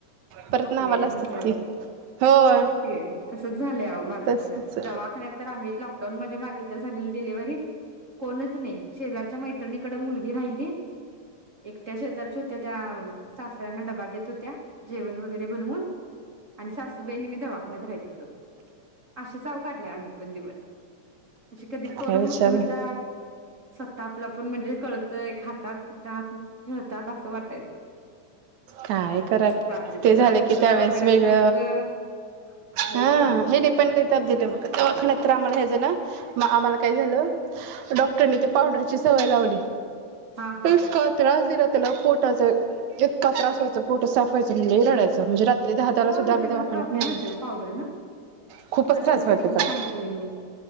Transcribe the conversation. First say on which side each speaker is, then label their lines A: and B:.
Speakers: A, on the right (about 75°); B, on the right (about 25°).
A: परत
B: आपली
A: नावाला
B: आहेत
A: असतात
B: म्हंटल्यावर
A: की. होय
B: तेच की तसच झालंय अओ माझं
A: तसच
B: पण दवाखान्यात तर आम्हीच लाग् दोन म्हणजी माझी नंतर झालेली डिलव्हरी कोणच नाही शेजारच्या मैत्रिणीकड मुलगी राहिली एकट्या शेजारच्या होत्या त्या सासऱ्यांना डबा देत होत्या जेवण वगैरे बनवुन आणि सक् सासूबाई आणि मी दवाखाण्यात राहित होतो असेच अओ काढले आम्ही पण दिवस अशी कधी पोरं
A: काय विचार
B: मोठी होतात
A: नाही
B: स्वतः आपला आपण म्हणजे कळत तय् खातात, पिकात, खेळतात असं वाटायचं.
A: काय करा
B: रात्रीच
A: ते
B: रात्रीच
A: झालं की त्यावेेळेस
B: दवाखान्यात
A: वेगळ
B: न्यायचं होय
A: हां
B: की अहो
A: ह्यांनी पण लय तब्येतमुळ दवाखान्यात तर आम्हाला ह्याज ना म् आम्हांला काय झालं डॉक्टरने ते पावडरची सवय लावली.
B: हा हा
A: इतका त्रास दिलाय त्याला पोटाचा एत् का त्रात्स व्हायचा पोटच साफ व्हायच नाय आणि लय रडायच म्हणजे रात् तरी दादा ला
B: होय
A: सुद्धा
B: होय
A: आम्ही
B: ते
A: दवाखान्यात
B: जरा प्रॉब्लेम
A: नेलं
B: येतोय पावडर न
A: खूपच
B: बऱ्याच
A: त्रास व्हायचा
B: जणांच
A: त्याला
B: ऐकलंय मी